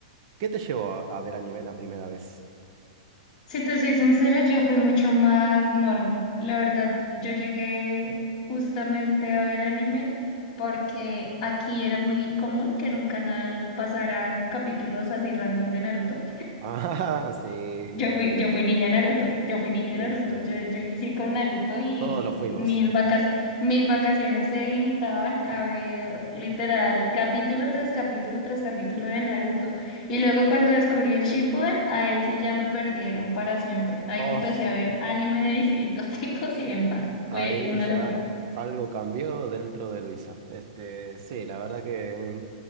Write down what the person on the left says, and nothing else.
Si te soy sincera, yo fui mucho más normie. La verdad, yo llegué justamente a ver anime porque aquí era muy común que en un canal pasaran capítulos así random de Naruto.
Yo fui, yo fui niña Naruto, yo fui niña
Naruto,
yo, yo inicié con Naruto y
mis vacas, mis vacaciones se limitaban a ver literal capítulo tras capítulo tras capítulo de Naruto. Y luego cuando descubrí el Shippuden, ahí sí ya me perdieron para siempre. Ahí
empecé a ver anime de distintos <laughs> tipos y demás.
Fue una
locura.